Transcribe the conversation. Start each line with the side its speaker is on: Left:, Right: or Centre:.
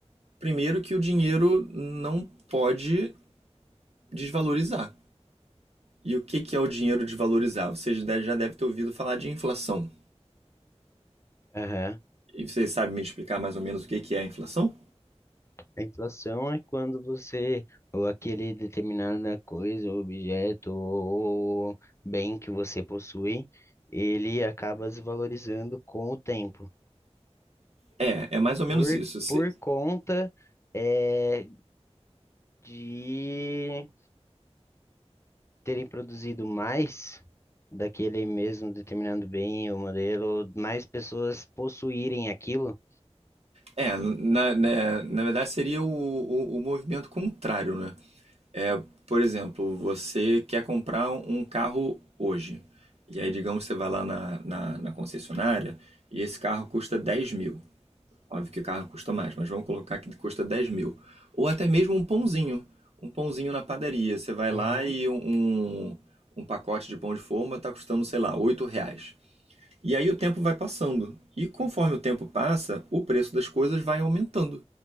Right: primeiro, que o dinheiro não pode desvalorizar. E o que que é o dinheiro desvalorizar? Vocês de- já devem ter ouvido falar de inflação.
Left: Aham.
Right: E vocês sabem me explicar mais ou menos o que que é a inflação?
Left: A inflação é quando você, ou aquele determinada coisa, ou objeto, ou bem que você possui, ele acaba desvalorizando com o tempo.
Right: É, é mais ou menos
Left: por,
Right: isso. Se-
Left: por conta é, de terem produzido mais daquele mesmo determinado bem ou modelo, mais pessoas possuírem aquilo.
Right: É, na, na, na verdade seria o, o, o movimento contrário, né? É, por exemplo, você quer comprar um carro hoje. E aí, digamos, você vai lá na, na, na concessionária e esse carro custa dez mil. Óbvio que o carro custa mais, mas vamos colocar que custa dez mil. Ou até mesmo um pãozinho. Um pãozinho na padaria. Você vai
Left: Uhum.
Right: lá e um, um, um pacote de pão de forma está custando, sei lá, 8 reais. E aí o tempo vai passando. E conforme o tempo passa, o preço das coisas vai aumentando.